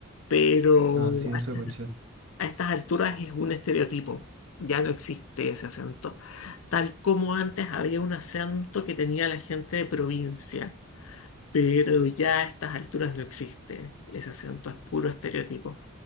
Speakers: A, on the left; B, on the right.
A: Pero
B: Ah, sí, eso
A: a
B: escuché.
A: a estas alturas es un estereotipo. Ya no existe ese acento. Tal como antes había un acento que tenía la gente de provincia pero ya a estas alturas no existe. Ese acento es puro estereotipo.